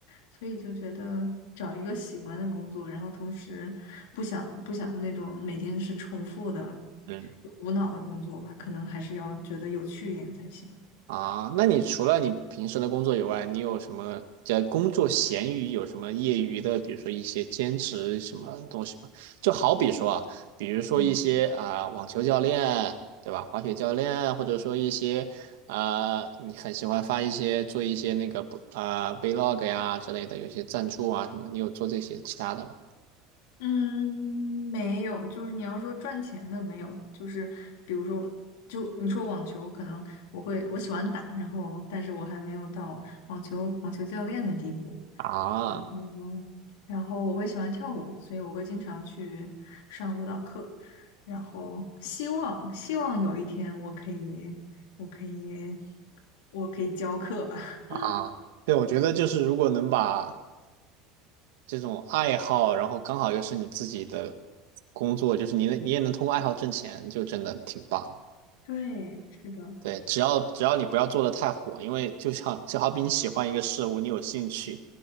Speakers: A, on the left; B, on the right.
A: 所以就觉得找一个喜欢的工作，然后同时不想不想那种每天是重复的、
B: 嗯。
A: 无脑的工作吧，可能还是要觉得有趣一点才行。
B: 啊，那你除了你平时的工作以外，你有什么在工作闲余有什么业余的，比如说一些兼职什么东西吗？就好比说啊，比如说一些啊、
A: 嗯，
B: 网球教练，对吧？滑雪教练，或者说一些啊、你很喜欢发一些做一些那个啊、vlog 呀之类的，有一些赞助啊什么的，你有做这些其他的吗？
A: 嗯没有，就是你要说赚钱的没有，就是比如说，就你说网球，可能我会我喜欢打，然后但是我还没有到网球网球教练的地步。
B: 啊
A: 嗯哼，然后我会喜欢跳舞，所以我会经常去上舞蹈课，然后希望希望有一天我可以，我可以，我可以教课吧。<laughs>
B: 啊，对，我觉得就是如果能把这种爱好，然后刚好又是你自己的工作，就是你能你也能通过爱好挣钱，就真的挺棒。
A: 对，是的，
B: 对，只要只要你不要做的太火，因为就像就好比你喜欢一个事物，你有兴趣，